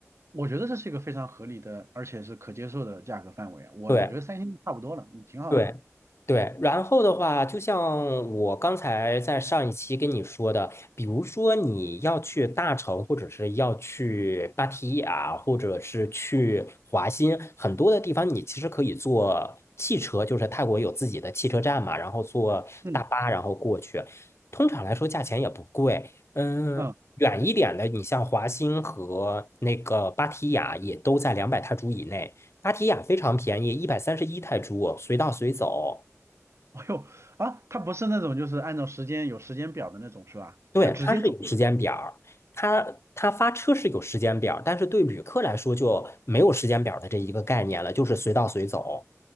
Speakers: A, on the right; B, on the left.
A: 我觉得这是一个非常合理的，而且是可接受的价格范围啊我我觉得三星差不多了，
B: 对。
A: 嗯，挺好的。
B: 对，对，然后的话，就像我刚才在上一期跟你说的，比如说你要去大城，或者是要去芭提雅，或者是去华新，很多的地方你其实可以坐汽车，就是泰国有自己的汽车站嘛，然后坐大巴然后过去，
A: 嗯
B: 通常来说价钱也不贵。嗯，
A: 嗯，
B: 远一点的，你像华欣和那个芭提雅也都在两百泰铢以内。芭提雅非常便宜，一百三十一泰铢，随到随走。
A: 哎呦啊，它不是那种就是按照时间有时间表的那种是吧？
B: 对，
A: 就直接走。
B: 它是有时间表儿，它它发车是有时间表儿但是对旅客来说就没有时间表儿的这一个概念了，就是随到随走。